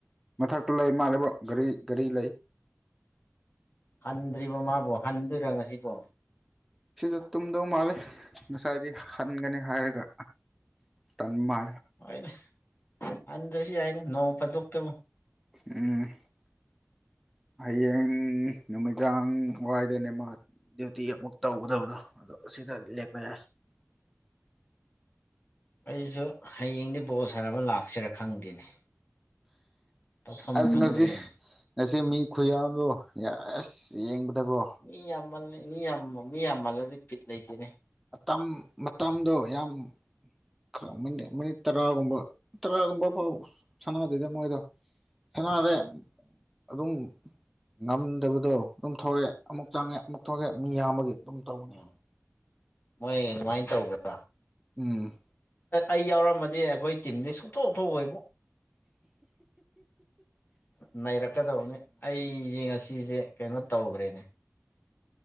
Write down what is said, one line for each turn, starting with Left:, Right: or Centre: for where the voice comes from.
Centre: ꯃꯊꯛꯇ ꯂꯩ ꯃꯥꯜꯂꯦꯕꯣ ꯒꯥꯔꯤ ꯒꯥꯔꯤ ꯂꯩ
Left: ꯍꯟꯗ꯭ꯔꯤꯕꯣ ꯃꯥꯕꯨ ꯍꯟꯗꯣꯏꯔꯥ ꯉꯁꯤꯕꯣ
Centre: ꯁꯤꯁꯨ ꯇꯨꯝꯗꯧ ꯃꯥꯜꯂꯦ ꯉꯁꯥꯏꯗꯤ ꯍꯟꯒꯅꯤ ꯍꯥꯏꯔꯒ ꯇꯟ ꯃꯥ
Left: ꯍꯣꯏꯗ ꯍꯟꯗꯔꯁꯨ ꯌꯥꯏꯗ ꯅꯣꯡ ꯐꯥꯗꯣꯛꯇꯕꯨ
Centre: ꯎꯝ ꯍꯌꯦꯡ ꯅꯨꯃꯤꯗꯥꯡ ꯋꯥꯏꯗꯅꯦꯃ ꯗ꯭ꯌꯨꯇꯤ ꯑꯃꯨꯛ ꯇꯧꯒꯗꯕꯗꯣ ꯑꯗꯣ ꯑꯁꯤꯗ ꯂꯦꯛꯞꯄ ꯌꯥꯏ
Left: ꯑꯩꯁꯨ ꯍꯌꯦꯡꯗꯤ ꯕꯣꯜ ꯁꯥꯟꯅꯕꯥ ꯂꯥꯛꯁꯤꯔꯥ ꯈꯪꯗꯦꯅꯦ ꯇꯧꯐꯝ
Centre: ꯑꯁ
Left: ꯈꯪꯗ꯭ꯔꯦꯅꯦ
Centre: ꯉꯁꯤ ꯉꯁꯤ ꯃꯤ ꯈꯨꯌꯥꯗꯣ ꯑ ꯑꯁ ꯌꯦꯡꯕꯗꯀꯣ
Left: ꯃꯤ ꯌꯥꯝꯃꯜꯂ ꯃꯤ ꯌꯥꯝ ꯃꯤ ꯌꯥꯝꯃꯜꯂꯗꯤ ꯄꯤꯠ ꯂꯩꯇꯦꯅꯦ
Centre: ꯃꯇꯝ ꯃꯇꯝꯗꯣ ꯌꯥꯝ ꯈꯔ ꯃꯤꯅꯤ ꯃꯤꯅꯤꯠ ꯇꯔꯥꯒꯨꯝꯕ ꯇꯔꯥꯒꯨꯝꯕ ꯐꯥꯎꯕ ꯁꯅꯥꯗꯗ ꯃꯣꯏꯗꯣ ꯁꯅꯔꯦ ꯑꯗꯨꯝ ꯉꯝꯗꯕꯗꯣ ꯑꯗꯨꯝ ꯊꯣꯛꯑꯦ ꯑꯃꯨꯛ ꯆꯪꯉꯦ ꯑꯃꯨꯛ ꯊꯣꯛꯂꯛꯑꯦ ꯃꯤ ꯌꯥꯝꯕꯒꯤ ꯑꯗꯨꯝ ꯇꯧꯕꯅꯤ
Left: ꯎꯝ ꯃꯣꯏ ꯑꯗꯨꯃꯥꯏꯅ ꯇꯧꯕ꯭ꯔꯥ
Centre: ꯎꯝ
Left: ꯑꯩ ꯌꯥꯎꯔꯝꯃꯗꯤ ꯑꯩꯈꯣꯏ ꯇꯤꯝꯗꯤ ꯁꯨꯡꯊꯣꯛ ꯊꯣꯛꯑꯣꯏꯕꯣ ꯅꯩꯔꯛꯀꯗꯕꯅꯦ ꯑꯩꯁꯦ ꯉꯁꯤꯁꯦ ꯀꯩꯅꯣ ꯇꯧꯈ꯭ꯔꯦꯅꯦ